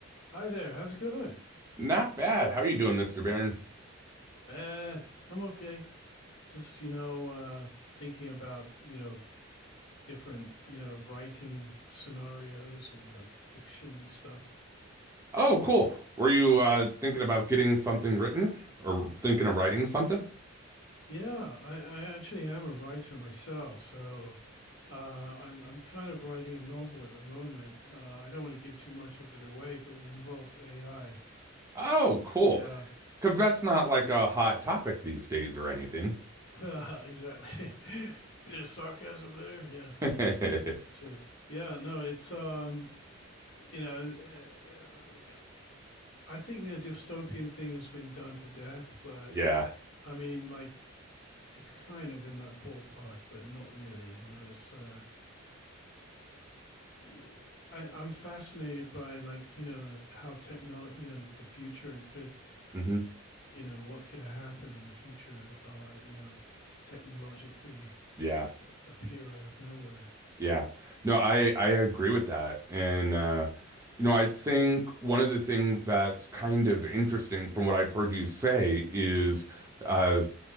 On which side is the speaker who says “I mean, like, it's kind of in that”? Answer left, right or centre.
Left